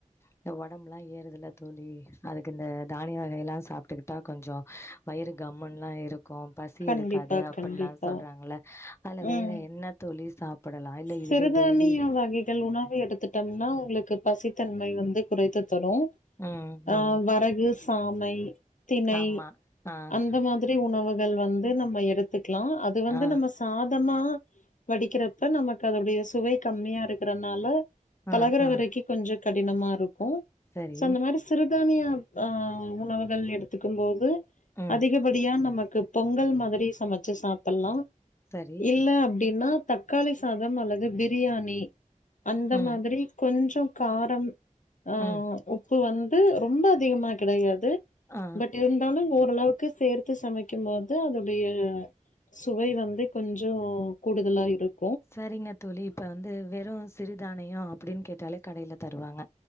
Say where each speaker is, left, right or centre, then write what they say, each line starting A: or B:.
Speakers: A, on the left; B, on the left.
A: இந்த ஒடம்புல்லா ஏறுதுல தோழி அதுக்கு இந்த தானிய வகையெல்லா சாப்ட்டுக்கிட்டா கொஞ்சோ வயிரு கம்முன்லா அயீரூம் கும் பசி
B: கண்டிப்பா
A: எடுக்காது அப்பில்லா
B: கண்டிப்பா
A: சொல்றாங்ள அது வேற
B: ம்
A: என்ன தோழி சாப் படலா இல்ல இதுவே
B: சிறுதானிய
A: டெய்லி
B: வகைகள் உணவு எடுத்துட்டோம்னா உங்ளுக்கு பசித்தன்மை வந்து குறைத்து சன்னோ
A: ம்,
B: அ
A: ம்.
B: வரகு சாமை தினை
A: ஆமா. ஆ.
B: அந்த மாதிரி த உணவுகள் வந்து நம்ம எடுத்துக்லா அது வந்து
A: ஆ
B: நம்ம சாதமா வடிக்கிறக் கு நமக்கு அததுடைய சுவை கம்மியா இருக்கறனால பழகுற
A: ஆ ஆ
B: வரைக்கு கொஞ்சோ கடினமா இருக்கும்
A: சரி
B: சோ அந்த மாரி சிறுதானிய ஆ உணவுகள் எடுத்துக்கும் போது
A: ம்
B: அதிகப்படியா நமக்கு பொங்கல் மாதிரி சமச்சு சாப்பல்லா
A: சரி
B: இல்ல அப்டின்னா தக்காளி சாதம் அல்லது பிரியாணி அந்த
A: ம்
B: மாதிரி கொஞ்சம் காரம் ஆ
A: ம்
B: உப்பு வந்து ரொம்ப அதிகமா கிடயாது
A: ஆ
B: பட் இர் ரண்டும் ஓரளவுக்கு சேர்த்து சமைக்கும்போது அதன்டைய சுவை வந்து கொஞ்சம் கூடுதலா இருக்
A: சரிங்க தோழி இப்ப வந்து வெறும் சிறுதானியம் அப்டின்னு கேட்டாலே கடையில தருவாங்க